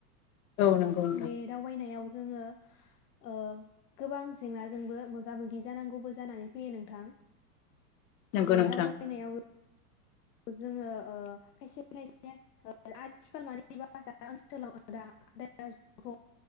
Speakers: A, on the left; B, on the left.
A: औ नंगौ नोंथां
B: बे दावबायनायाव जोङो ओ गोबां जेंनाजोंबो मोगा-मोगि जानांगौबो जानानै फैयो नोंथां
A: नंगौ
B: बे
A: नोंथां
B: दावबायनायाव जोङो खायसे खायसे आथिखाल मानिबा दा ओनसोलाव दाथ जों